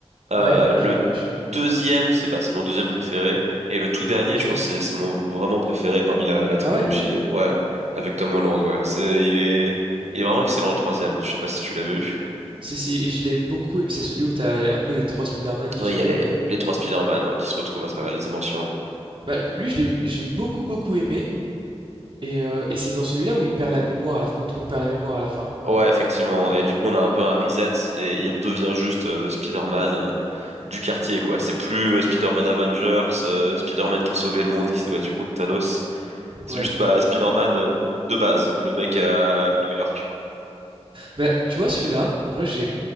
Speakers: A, on the right; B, on the right.
A: Euh,
B: Ouais, ouais,
A: le
B: je, je suis.
A: deuxième, c'est bah, c'est mon deuxième préféré. Et le tout dernier,
B: Ok.
A: je pense, que c'est c'est mon vraiment préféré parmi la, la trilogie.
B: Ah ouais?
A: euh, Ouais, avec Tom Holland, ouais. C'est, il est, il est vraiment excellent le troisième. Je sais pas si tu l'as vu.
B: Si, si, et je l'ai beaucoup. aimé. C'est celui où t'as un peu les trois Spider-Man qui
A: Ouais,
B: se rejoignent
A: il y a les,
B: là.
A: les trois Spider-Man, ouais, qui se retrouvent à travers
B: Ouais.
A: les dimensions.
B: Bah, lui, je l'ai je l'ai beaucoup, beaucoup aimé. Et, euh, et c'est dans celui-là où il perd la mémoire, à la... où tout le monde perd la mémoire à la fin.
A: Ouais, effectivement. Et du coup, on a un peu un reset et il redevient juste euh, Spider-Man euh, du quartier, quoi. C'est plus euh, Spider-Man Avengers, euh, Spider-Man qui a sauvé le monde, qui s'est battu contre Thanos. C'est
B: Ouais.
A: juste bah, Spider-Man euh, de base, le mec à New York.
B: Bah, tu vois, celui-là, en vrai, j'ai.